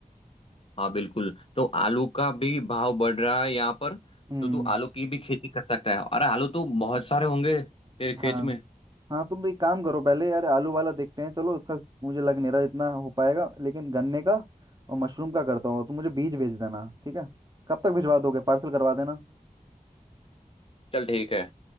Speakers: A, on the left; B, on the right.
A: हाँ बिल्कुल तो आलू का भी भाव बढ़ रहा है यहाँ पर
B: हम्म
A: तो तू आलू की भी खेती कर सकता है अरे आलू तो बहुत सारे होंगे तेरे
B: हाँ
A: खेत में
B: हाँ तुम तो एक काम करो पहले यार आलू वाला देखते हैं चलो उसका मुझे लग नहीं रहा इतना हो पाएगा लेकिन गन्ने का और मशरूम का करता हूँ तुम मुझे बीज भेज देना ठीक है कब तक भिजवा दोगे पार्सल करवा देना
A: चल ठीक है